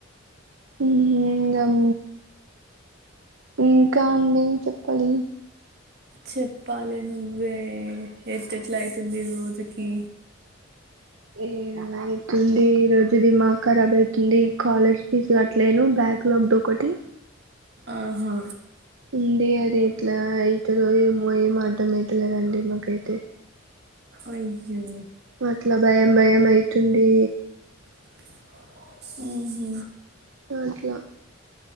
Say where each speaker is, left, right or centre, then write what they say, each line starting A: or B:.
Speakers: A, on the right; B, on the right.
A: మ్మూ ఇంగం ఇంకా అండి చెప్పాలి.
B: చెప్పాలి నువ్వే ఎట్టేట్లా అయితుంది రోజుకి
A: ఏమయితుంది. రోజు దిమాక్కరాబ్ అయితుంది కాలేజ్ ఫీజు కట్లేను బ్యాక్ లాగ్ ఒకటి
B: ఆహా
A: అండి అది ఎట్లా అయితదో ఏమో ఏం అర్థమయితలేదండి మాకైతే
B: అయ్యో
A: అట్లా భయం భయం అయితుంది.
B: మ్ హు
A: అట్లా